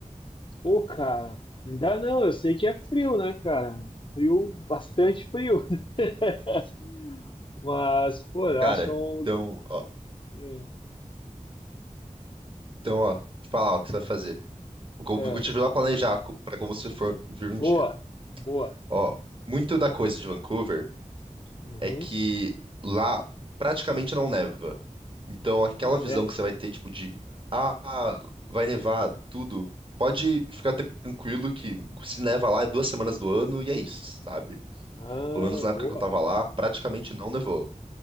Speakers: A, on the left (about 40°); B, on the right (about 40°).
A: Pô, cara, ainda não, eu sei que é frio, né, cara? Frio, bastante frio. <laughs> Mas, pô, eu
B: Cara,
A: acho
B: então,
A: um.
B: ó,
A: É,
B: então, ó, te falar o que você vai fazer. Vou co-
A: é,
B: vou te ajudar a planejar co- pra como você for vir um
A: boa,
B: dia.
A: boa.
B: Ó, muito da coisa de Vancouver
A: Uhum,
B: é que lá praticamente não neva. Então, aquela
A: é sério.
B: visão que você vai ter, tipo, de ah, vai nevar tudo, pode ficar tranquilo que se neva lá é duas semanas do ano e é isso, sabe?
A: Ah,
B: Pelo menos na época
A: boa.
B: que eu tava lá, praticamente não nevou.